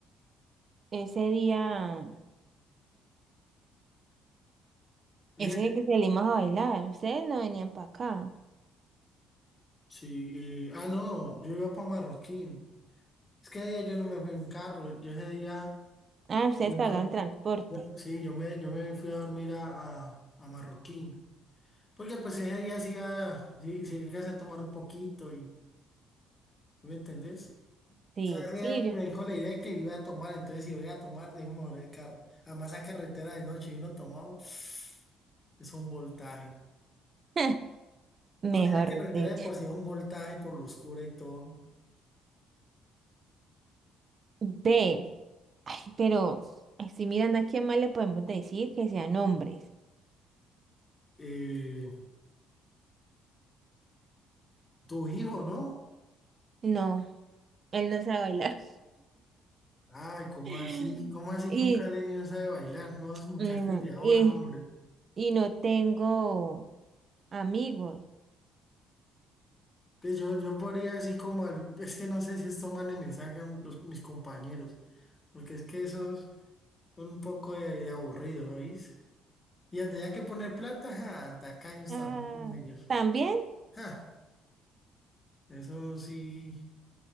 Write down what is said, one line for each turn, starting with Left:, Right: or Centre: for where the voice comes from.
Right: Ese día,
Left: ¿El
Right: ese
Left: día que-
Right: día que salimos a bailar, ustedes no venían para acá.
Left: Sí, eh, ah, no, yo iba para Marroquín. Es que ese día yo no me fui en carro. Yo ese día,
Right: Ah, ustedes pagaron
Left: ah,
Right: transporte.
Left: yo- sí, yo me, yo me fui a dormir a, a, a Marroquín. Porque pues ese día sí, iba- sí, sí alcancé a tomar un poquito y. ¿Me entendés?
Right: Sí,
Left: O sea, ese
Right: sí, yo.
Left: me dijo la idea de que iba a tomar, entonces si voy a tomar, dejo mejor el carro. Además, esa carretera de noche y no tomamos, <sniffs> es un voltaje.
Right: <laughs> Mejor
Left: No, esa carretera
Right: dicho.
Left: de por sí es un voltaje por lo oscura y todo.
Right: Ve, ay, pero estoy mirando a quién más le podemos decir que sean hombres.
Left: Eh, tu hijo, ¿no?
Right: No, él no sabe bailar.
Left: Ay, ¿cómo
Right: <laughs>
Left: así? ¿Cómo así
Right: Y,
Left: que un caleño no sabe bailar? No, Esos muchachos
Right: no,
Left: de ahora,
Right: y,
Left: hombre.
Right: y no tengo amigos.
Left: Pues yo, yo podría así como, al- es que no sé si estos manes me sacan los, mis compañeros, porque es que esos son un poco de, de aburridos, ¿oís? Y tendría que poner plata, ja, tacaños
Right: Ah,
Left: también como ellos.
Right: ¿también?
Left: Ja, eso sí,